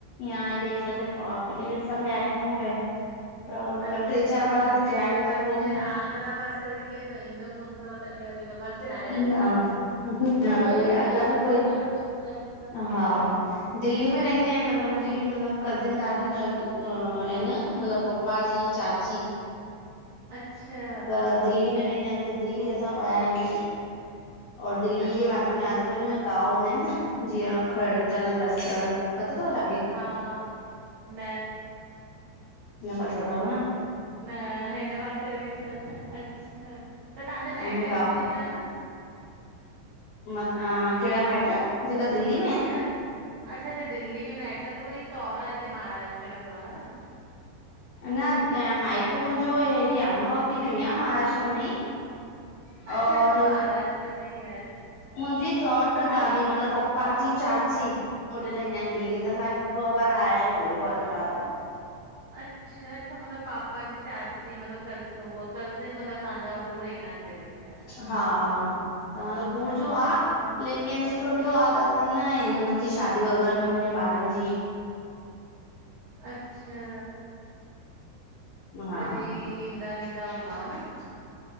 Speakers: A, on the left; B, on the right.
A: या हेॾे छा चइबो आ अमृतसर विया आहियूं। ऐं मतिलब
B: अच्छा
A: ट्रे चार बार त
B: हिन
A: थिया आहियूं
B: पासे
A: त पोइ
B: आगरा पासे वरी केर रहंदो कोन अथव। तॾहिं वरी हिन पासे आहिया
A: न
B: कोन।
A: न
B: परे
A: उहे
B: बि थो
A: आगरा
B: पइजी
A: में
B: वञे
A: कोई
B: थो ॾाढो डिफरेंट। थी
A: हा
B: वञे
A: दिल्ली में रहिंदा आहिनि मतलबु मुंहिंजी मतलब कज़िन दादी मतलब आहे न मतलब प पप्पा जी चाची
B: अच्छा
A: त दिल्ली में रहंदा आहिनि त दिल्ली असां विया आहियूं। और दिल्ली
B: अच्छा
A: जे आजू में आजू बाजू में गांव हूंदा आहिनि न, जीअं खड़ दलदसगड़
B: हा
A: पतो तव तव्हांखे?
B: हा न
A: न पतों तव न्।
B: न हिंन पासे वरी असांजा हह्हं अच्छा त ताहांजा माइट
A: उन गांव
B: किथे जा आंहन।
A: म अ्अ केड़ा माएट्र! ज़ेका दिल्ली में। आहिनि
B: न, अच्छा-अच्छा दिल्ली में माइट्र रवई, साॅवरा हिते महाराष्ट्र में तव हन्।
A: न मायको मुहिंजो हेॾे आ अमरावती में ई आ महाराष्ट्र त में
B: अच्छा
A: और
B: अच्छा महाराष्ट्र में ई अच्छा
A: मुहिंजी सौंट पर दादी मतलब पप्पा जी चाची, होॾे रहिंदा आहिन दिल्ली त असां ॿ पर आयां यू होॾे ॿ ट्रे बार।
B: अच्छा-अच्छा मतलब पापा जी चा ची मतलब हूअ कज़िन मतलब तहांजा हो रहंदा आहिन दिल्ली। में न
A: हा, हा त मतलब दूर
B: अच्छा
A: जो आ लेकिन ॾिठो आह त असां ईंअं आया यूं हुनन जी शादी वग़ैरह में हुनन जे बारन जी!
B: अच्छा
A: हा
B: तॾई ईंदा वींदा हूंद्व न।